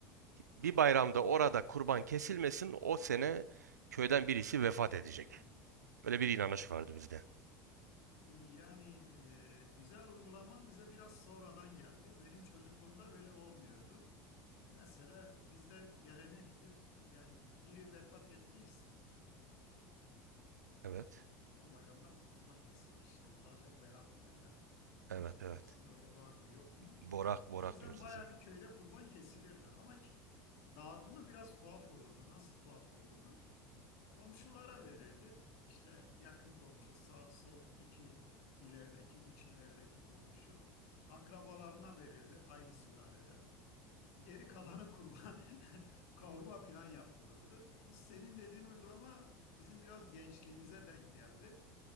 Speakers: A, on the right (about 75°); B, on the left (about 60°).
A: bir bayramda orada kurban kesilmesin o sene köyden birisi vefat edecek. Böyle bir inanış vardı bizde.
B: Yani e, güzel uygulama bize biraz sonradan geldi. Benim çocukluğumda öyle olmuyordu. Mesela bizde gelenektir. Yani biri vefat ettiyse
A: Evet.
B: son bayramda bir kurban kesilir. İşte sadece berak derler.
A: Evet evet.
B: Bilmiyorum sizin orada var mı yok mu?
A: Borak borak
B: O yüzden
A: diyoruz
B: bayağı
A: bize.
B: bir köyde kurban kesilirdi. Ama ki- dağıtımı biraz tuhaf olurdu. Nasıl tuhaf olurdu? Komşulara verirdi. İşte yakın komşu, sağ sol iki ilerideki, üç ilerideki komşu. Akrabalarına verirdi aynı sülaleden. Geri kalanı kurban, <laughs> kavurma filan yapılırdı. Bu senin dediğin uygulama bizim biraz gençliğimize denk geldi.